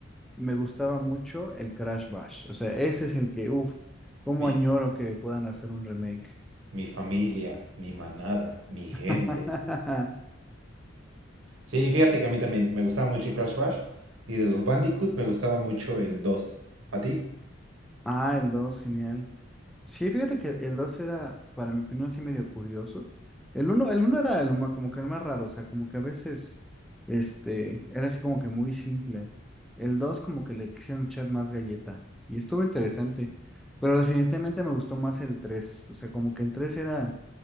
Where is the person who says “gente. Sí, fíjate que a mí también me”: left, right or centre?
Right